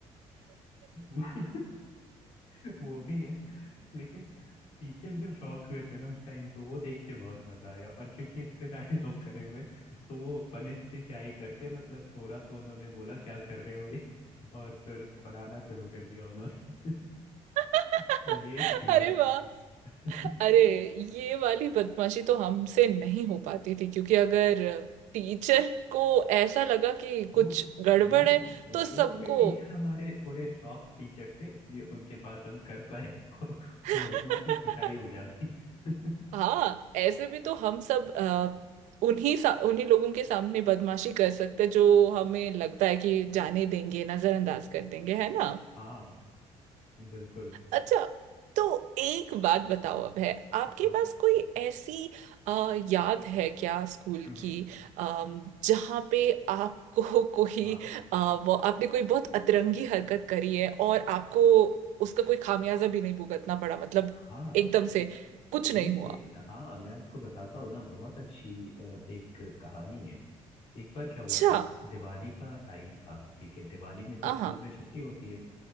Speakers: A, on the left (about 60°); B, on the right (about 85°).
A: वो- <laughs> वो भी है लेकिन टीचर जो शौक हुए थे ना उस टाइम पे वो देख के बहुत मजा आया और क्योंकि इतने सारे <laughs> लोग खड़े हुए तो वो पनिश भी क्या ही करते मतलब थोड़ा तो उन्होंने बोला क्या कर रहे हो ये <laughs> और फिर पढ़ाना शुरू कर दिया उन्होंने <laughs>
B: <laughs>
A: तो ये एक चीज
B: अरे
A: है
B: वाह
A: <laughs>
B: अरे ये वाली बदमाशी तो हमसे नहीं हो पाती थी क्योंकि अगर टीचर को ऐसा लगा कि
A: वो
B: कुछ गड़बड़
A: हाँ
B: है
A: वो
B: तो सबको
A: वाले टीचर हमारे थोड़े सॉफ्ट टीचर थे इसलिए उनके पास हम कर पाए इसको <laughs>
B: <laughs>
A: वरना तो पिटाई हो जाती <laughs>
B: हाँ ऐसे भी तो हम सब अ, उन्हीं सा, उन्हीं लोगों के सामने बदमाशी कर सकते हैं जो हमें लगता है कि जाने देंगे नजरअंदाज कर देंगे है ना
A: हाँ बिल्कुल
B: अच्छा तो एक बात बताओ अब है आपके
A: हाँ
B: पास कोई ऐसी अ, याद है क्या स्कूल
A: हम्म,
B: की अम, जहाँ पे आपको <laughs> कोई
A: हाँ
B: अ, वो आपने कोई बहुत अतरंगी हरकत करी है और आपको उसका कोई खामियाजा भी नहीं भुगतना पड़ा मतलब
A: हाँ
B: एकदम से कुछ
A: ये
B: नहीं हुआ
A: हाँ मैं आपको बताता हूँ ना बहुत अच्छी अ, एक कहानी है एक बार क्या हुआ
B: अच्छा
A: था दिवाली का टाइम था ठीक है दिवाली में तो
B: आहा
A: स्कूल में छुट्टी होती है